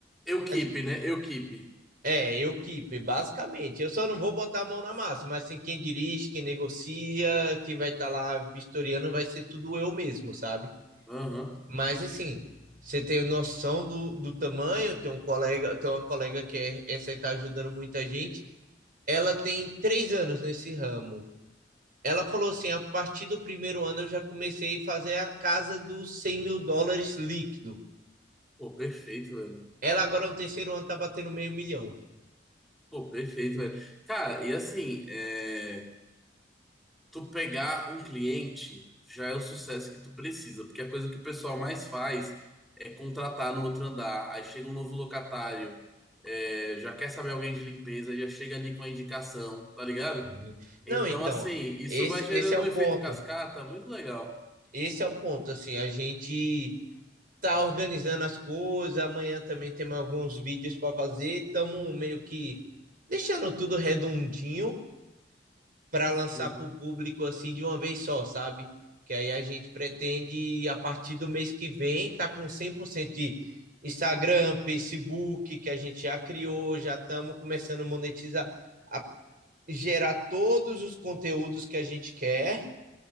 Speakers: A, in the centre; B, on the right.
A: Eu keep,
B: Mas
A: né? Eu keep.
B: é, eu keep, basicamente. Eu só não vou botar a mão na massa, mas assim quem dirige, quem negocia, quem vai estar lá vistoriando vai ser tudo eu mesmo, sabe?
A: Aham.
B: Mas assim, você tem noção do, do tamanho, tem um colega, tem uma colega que é, essa está ajudando muita gente. Ela tem três anos nesse ramo. Ela falou assim: a partir do primeiro ano eu já comecei a fazer a casa dos cem mil dólares líquido.
A: Pô, perfeito, velho.
B: Ela agora no terceiro ano tá batendo meio milhão.
A: Pô, perfeito, velho. Cara, e assim, é, tu pegar um cliente já é o sucesso que tu precisa, porque a coisa que o pessoal mais faz é contratar no outro andar. Aí chega um novo locatário, é, já quer saber alguém de limpeza, já chega ali com a indicação, tá ligado?
B: Sim.
A: Então,
B: Não, então,
A: assim, isso
B: esse,
A: vai gerando
B: esse é o
A: um efeito
B: ponto.
A: cascata muito legal.
B: Esse é o ponto, assim, a gente tá organizando as coisas, amanhã também temos alguns vídeos para fazer, estamos meio que deixando tudo redondinho para lançar
A: Uhum.
B: para o público assim de uma vez só, sabe? Que aí a gente pretende a partir do mês que vem tá com 100% de Instagram, Facebook, que a gente já criou, já estamos começando a monetizar, a gerar todos os conteúdos que a gente quer